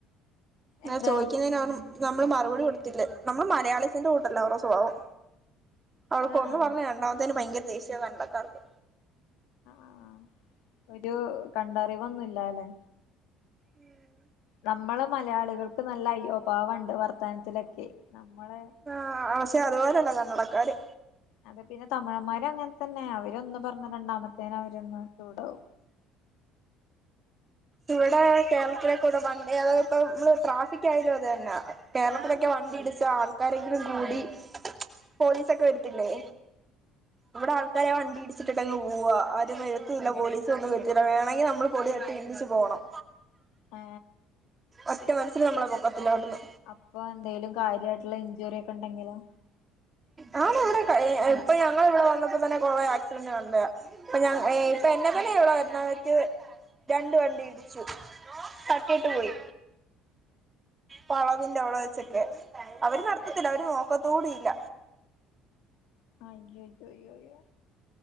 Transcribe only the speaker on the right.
അ ചോദിക്കുന്നതിന് നമ്മള് മറുപടി കൊടുത്തില്ലേ നമ്മള് മലയാളീസിന്റെ കൂട്ടല്ല അവര സ്വഭാവം അവർക്ക്ഒന്ന്
പറഞ്ഞ രണ്ടാമത്തേന് ഭയങ്കര ദേഷ്യ കണ്ടക്കാർക്ക്
ഉം
ആ പക്ഷെ അതുപോലെയല്ല കണ്ണടക്കാര്
ഇവിടെ കേരളത്തിലേക്കൂടെ വണ്ടി അത ഇപ്പ നമ്മള് ട്രാഫിക് ആയാലും അത് തന്നെ കേരളത്തിലൊക്കെ വണ്ടി ഇടിച്ച ആൾക്കാരെങ്കിലും കൂടി പോലീസൊക്കെ വരത്തില്ലേ ഇവിടെ ആൾക്കാരെ വണ്ടി ഇടിച്ചിട്ടിട്ടെങ്ങ് പോവാ അവരും വരുത്തില്ല പോലീസ് ഒന്നും വരുത്തില്ല വേണമെങ്കിൽ നമ്മൾ പൊടിതട്ടി എണീച്ച് പോണം
ഒറ്റ മനുഷ്യര് നമ്മള പൊക്കത്തില്ല അവിടുന്ന്
ആ ഇവിടെ ഇപ്പൊ ഞങ്ങ ഇവിടെ വന്നപ്പോ തന്നെ കൊറ ആക്സിഡന്റ് കണ്ടത ഇപ്പൊ ഞ ഇപ്പൊ എ കനെയ ഇടെ വരുന്ന് രണ്ട വണ്ടി ഇടിച്ചു തട്ടിട്ട് പോയി വളവിന്റെ അവിടെ വെചൊക്കെ അവര് നിർത്തത്തില്ല അവര് നോക്ക തൂടില്ല